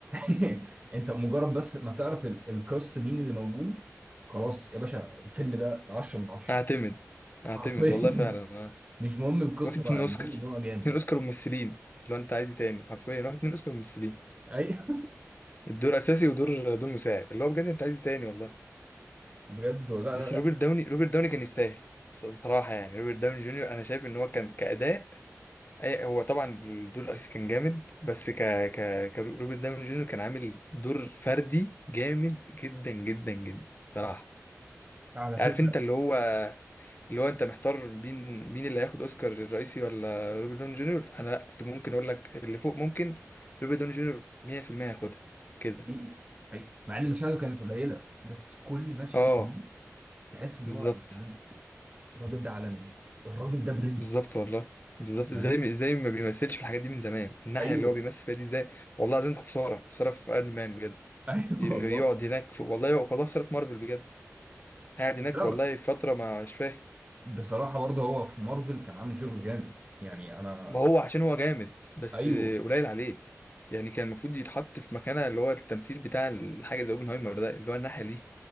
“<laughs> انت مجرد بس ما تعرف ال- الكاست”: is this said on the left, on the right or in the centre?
Right